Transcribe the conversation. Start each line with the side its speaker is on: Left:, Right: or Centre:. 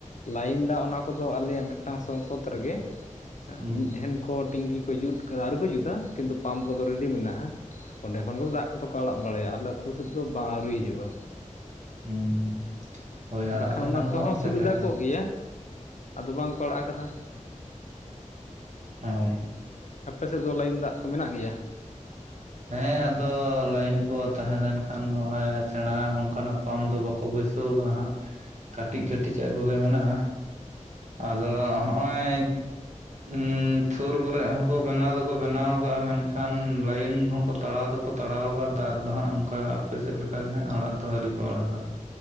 Left: ᱞᱟᱭᱤᱱ ᱫᱟᱜ ᱚᱱᱟ ᱠᱚᱫᱚ ᱟᱞᱮᱭᱟᱜ ᱢᱤᱫᱴᱟᱝ ᱥᱚᱝᱥᱚᱫᱽ ᱨᱮᱜᱮ
Right: ᱦᱩᱸ
Left: ᱢᱤᱫ ᱴᱷᱮᱱ ᱠᱚ ᱴᱮᱝᱠᱤ ᱠᱚ ᱡᱩᱛ ᱠᱟᱫᱟ ᱟᱨᱣᱨᱤ ᱠᱚ ᱡᱩᱛᱟ ᱠᱤᱱᱛᱩ ᱯᱟᱢᱯ ᱠᱚᱫᱚ ᱨᱮᱰᱤ ᱢᱮᱱᱟᱜᱼᱟ ᱚᱸᱰᱮ ᱠᱷᱚᱱᱜᱮ ᱫᱟᱜ ᱠᱚᱫᱚ ᱠᱚ ᱟᱲᱟᱜ ᱵᱟᱲᱮᱭᱟᱜ ᱟ ᱟᱞᱮ ᱟᱹᱛᱳ ᱥᱮᱫ ᱫᱚ ᱵᱟᱝ ᱟᱹᱣᱨᱤ ᱦᱤᱡᱩᱜᱼᱟ
Right: ᱦᱩᱸ ᱦᱳᱭ ᱟᱲᱟᱜ
Left: ᱵᱟᱠᱷᱟᱱ
Right: ᱞᱮᱠᱷᱟᱱ
Left: ᱚᱱᱟ
Right: ᱠᱚ
Left: ᱛᱮᱦᱚᱸ
Right: ᱦᱟᱸᱜ ᱥᱮᱴᱮᱨᱚᱜᱼᱟ
Left: ᱥᱩᱵᱤᱫᱷᱟ ᱠᱚᱜ ᱜᱮᱭᱟ, ᱟᱫᱚ ᱵᱟᱝ ᱠᱚ ᱟᱲᱟᱜ ᱠᱟᱫᱟ᱾
Right: ᱦᱳᱭ
Left: ᱟᱯᱮ ᱥᱮᱫ ᱫᱚ ᱞᱟᱭᱤᱱ ᱫᱟᱜ ᱠᱚ ᱢᱮᱱᱟᱜ ᱜᱮᱭᱟ?
Right: ᱦᱮᱸ ᱟᱫᱚ ᱞᱟᱭᱤᱱ ᱠᱚ ᱛᱟᱦᱮᱸ ᱞᱮᱱᱠᱷᱟᱱ ᱱᱚᱜᱼᱚᱭ ᱥᱮᱬᱟ ᱚᱱᱠᱟᱱᱟᱜᱼᱼ ᱯᱟᱢ ᱫᱚ ᱵᱟᱠᱚ ᱵᱟᱹᱭᱥᱟᱹᱣ ᱠᱟᱜᱼᱟ ᱦᱟᱸᱜ, ᱠᱟᱹᱴᱤᱡ ᱠᱟᱹᱴᱤᱡ ᱟᱜ ᱠᱚᱜᱮ ᱢᱮᱱᱟᱜᱼᱟ᱾ ᱟᱫᱚ ᱦᱚᱜᱼᱚᱭ ᱩᱸᱥᱩᱨ ᱠᱚᱨᱮ ᱦᱚᱸᱠᱚ ᱵᱮᱱᱟᱣ ᱫᱚᱠᱚ ᱵᱮᱱᱟᱣ ᱠᱟᱜ-ᱟ ᱢᱮᱱᱠᱷᱟᱱ ᱞᱟᱭᱤᱱ ᱦᱚᱸ ᱠᱚ ᱛᱟᱲᱟᱣ ᱫᱚᱠᱚ ᱛᱟᱲᱟᱣ ᱠᱟᱜ ᱫᱟᱜ ᱫᱚ ᱦᱟᱸᱜ ᱚᱱᱠᱟ ᱟᱯᱮ ᱥᱮᱫᱞᱮᱠᱟ ᱜᱮ ᱦᱟᱸᱜ ᱟᱲᱟᱜ ᱫᱚ ᱟᱹᱣᱨᱤ ᱠᱚ ᱟᱲᱟᱜᱟ᱾